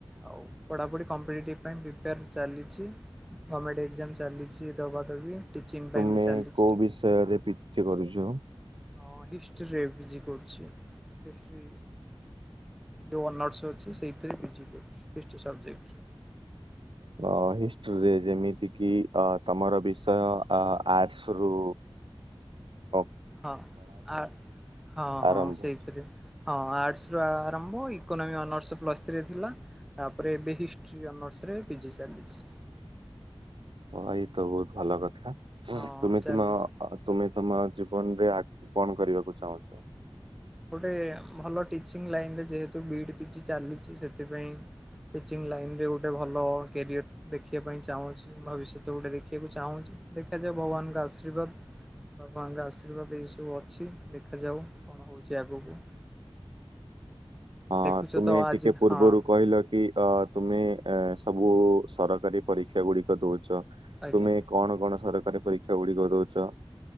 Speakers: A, in the centre; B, on the right.
A: ଆଉ ପଢାପଢି, କମ୍ପିଟେଟିଭ ପାଇଁ ପ୍ରିପେୟାର ଚାଲିଛି। ଗମେଣ୍ଟ ଏକ୍ଜାମ ଚାଲିଛି ଦବା ଦବି ଟିଚିଂ ପାଇଁ
B: ତୁମେ
A: ବି ଚାଲିଛି
B: କୋଉ
A: ଟିକେ।
B: ବିଷୟରେ ପିଜି କରୁଛ?
A: ହଁ ହିଷ୍ଟ୍ରିରେ ପିଜି କରୁଛି, ହିଷ୍ଟ୍ରି ଯୋଉ ଅନର୍ଶ ଅଛି ସେଇଥିରେ ପିଜି କରୁଛି ହିଷ୍ଟ୍ରୀ ସବଜେକ୍ଟ ରେ।
B: ଅ ହିଷ୍ଟ୍ରିରେ, ଯେମିତି କିି ଅ ତମର ବିଷୟ ଆ ଆର୍ଟସ୍ ରୁ ହ।
A: ହଁ ଆ ହଁ
B: ଆରମ୍ଭ
A: ହଁ ସେଇଥିରେ। ହଁ ଆର୍ଟସରୁ ଆରମ୍ଭ ଇକୋନୋମି ଅନର୍ସ ପ୍ଲସ୍ ଥ୍ରୀରେ ଥିଲା। ତାପରେ ଏବେ ହିଷ୍ଟ୍ରି ଅନର୍ସରେ ପିଜି ଚାଲିଛି।
B: ଓ ଏଇ ତ ବହୁତ ଭଲ କଥା
A: ହଁ
B: ତୁମେ
A: ଚାଲିଛି।
B: ତୁମ ଅ ତୁମେ ତମ ଆଉ ଜୀବନରେ ଆଗକୁ କଣ କରିବାକୁ ଚାହୁଁଛ?
A: ଗୋଟେ ଭଲ ଟିଚିଂ ଲାଇନରେ ଯେହେତୁ ବିଇଡି ପିଜି ଚାଲିଛି ସେଥିପାଇଁ ଟିଚିଂ ଲାଇନରେ ଗୋଟେ ଭଲ କ୍ୟାରିଅର ଦେଖିବା ପାଇଁ ଚାହୁଁଛି। ଭବିଷ୍ୟତ ଗୋଟେ ଦେଖିବାକୁ ଚାହୁଁଛି ଦେଖାଯାଉ ଭଗବାନଙ୍କ ଆଶୀର୍ବାଦ। ଭଗବାନ ଙ୍କ ଆଶୀର୍ବାଦ ଏଇ ସବୁ ଅଛି ଦେଖାଯାଉ କଣ ହଉଛି ଆଗକୁ।
B: ହଁ
A: ଦେଖୁଛ
B: ତୁମେ
A: ତ ଆଜି
B: ଟିକେ ପୂର୍ବରୁ
A: ହଁ
B: କହିଲ କି ଅ ତୁମେ ଏ ସବୁ ସରକାରୀ ପରୀକ୍ଷା ଗୁଡିକ ଦଉଛ। ତୁମେ
A: ଆଜ୍ଞା
B: କଣ କଣ ସରକାରୀ ପରୀକ୍ଷା ଗୁଡିକ ଦଉଛ?